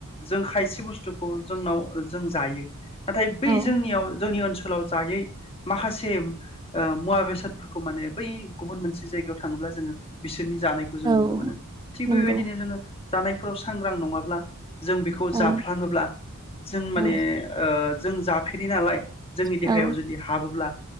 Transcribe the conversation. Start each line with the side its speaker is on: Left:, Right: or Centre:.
Left: जों खायसे बुस्थुखौ जोंनाव जों जायो। नाथाय बै
Right: औ
Left: जोंनियाव जोंनि ओनसो ओनसोलाव जायै माखासे ओ मुवा बेसादफोरखौ माने बै गुबुन मोनसे जायगायाव थाङोबा जोङो बिसोरनि जानायखौ जों
Right: औ
Left: नुनो मोनो थिग
Right: नंगौ
Left: बेबायदिनो जोंङो जानायफोराव सांग्रां नङाब्ला जों बेखौ
Right: औ
Left: जाफ्लाङोब्ला जों
Right: औ
Left: माने ओ जों जाफेरि नालाय जोंनि देहायाव
Right: औ
Left: जुदि हाबोब्ला